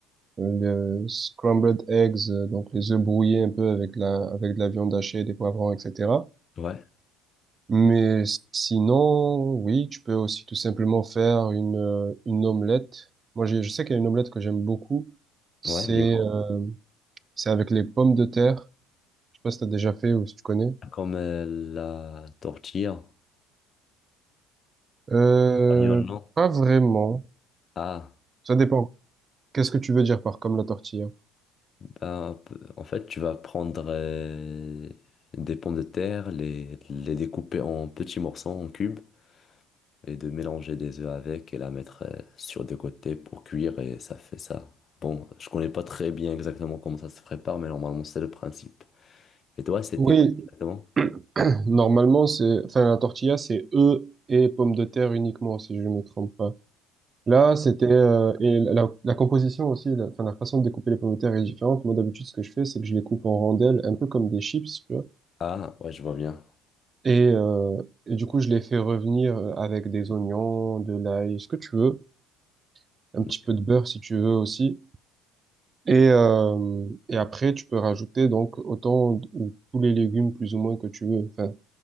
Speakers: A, on the right (about 30°); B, on the left (about 35°).
A: le scrambled eggs, euh, donc les œufs brouillés un peu avec la, avec de la viande hachée, des poivrons, etc.
B: Ouais,
A: Mais sinon, oui, tu peux aussi tout simplement faire une, euh, une omelette. Moi, j'ai- je sais qu'il y a une omelette que j'aime beaucoup. C'est
B: ouais, dis-moi.
A: euh, c'est avec les pommes de terre. Je sais pas si t'as déjà fait ou si tu connais.
B: Comme euh, la tortilla.
A: Euh,
B: Espagnol, non?
A: pas vraiment.
B: Ah,
A: Ça dépend. Qu'est-ce que tu veux dire par comme la tortilla?
B: ben, p- en fait, tu vas prendre euh, des pommes de terre, les, les découper en petits morceaux, en cubes. et de mélanger des œufs avec et la mettre euh, sur des côtés pour cuire et ça fait ça. Bon, je connais pas très bien exactement comment ça se prépare, mais normalement c'est le principe. Et toi, c'était
A: Oui,
B: quoi exactement?
A: <clears throat> normalement, c'est, enfin, la tortilla, c'est œufs et pommes de terre uniquement, si je ne me trompe pas. Là, c'était euh, et la, la composition aussi, la, enfin, la façon de découper les pommes de terre est différente. Moi, d'habitude, ce que je fais, c'est que je les coupe en rondelles, un peu comme des chips, tu vois.
B: Ah, ouais, je vois bien.
A: Et, euh, et du coup, je les fais revenir euh, avec des oignons, de l'ail, ce que tu veux, un
B: D'accord.
A: petit peu de beurre si tu veux aussi. Et, euh, et après, tu peux rajouter donc autant d- ou tous les légumes plus ou moins que tu veux. Enfin,